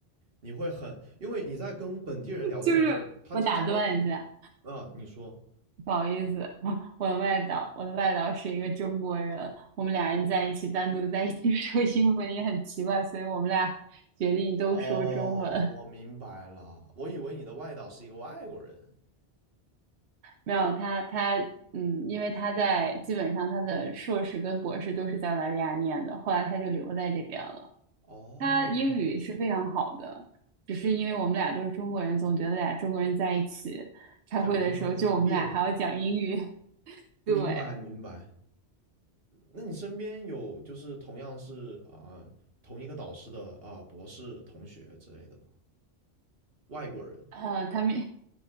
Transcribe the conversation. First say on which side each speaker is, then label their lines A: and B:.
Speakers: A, on the right; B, on the right.
A: 你会很，因为你在跟本地人聊天的时候，
B: <laughs> 就是我打断一下，
A: 他经常会跟你，啊，你说，
B: 不好意思，我我的外导，我的外导是一个中国人，我们俩人在一起单独在一起 <laughs> 说英文也很奇怪，所以我们俩决定都说中文。
A: 哦，我明白了，我以为你的外导是一个外国人，
B: 没有他，他嗯，因为他在基本上他的硕士跟博士都是在澳大利亚念的，后来他就留在这边了。
A: 哦，
B: 他英语是非常好的，只是因为我们俩都是中国人，总觉得俩中国人在一起开会的时候，
A: 讲英文有点别扭，
B: 就我们俩还要讲英语。<laughs>
A: 明白明白。
B: 对，
A: 那你身边有就是同样是啊、同一个导师的啊、博士同学之类的吗？外国人？
B: 呃，他们